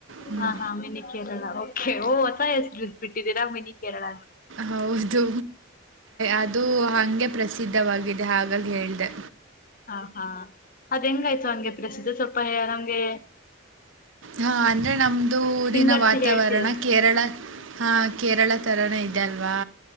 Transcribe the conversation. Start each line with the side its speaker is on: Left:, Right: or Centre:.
Right: ಹ್ಮ್.
Left: ಹಾ ಹಾ ಮೇಲೆ ಕೇರಳ ಹ ಹೊಸ ಹೆಸರು ಇಟ್ಟು ಬಿಟ್ಟಿದ್ದೀರಾ ಮನಿ ಕೇರಳ
Right: ಹೌದು ಅದು ಹಂಗೆ ಪ್ರಸಿದ್ಧವಾಗಿದೆ ಆಗ ಹೇಳ್ದೆ
Left: ಹ ಹಾ ಅದ್ ಹೆಂಗಾಯ್ತು ಹಂಗೆ ಪ್ರಸಿದ್ಧ ಸ್ವಲ್ಪ ನಮ್ಗೆ
Right: ಹಾ ಅಂದ್ರೆ ನಮ್ದೂ
Left: ಹಿಂಗಟ್ಸಿ
Right: ದಿನ ವಾತಾವರಣ
Left: ಹೇಳ್ತೀರಾ
Right: ಕೇರಳ ಹಾ ಕೇರಳ ತರನ ಇದೆ ಅಲ್ವಾ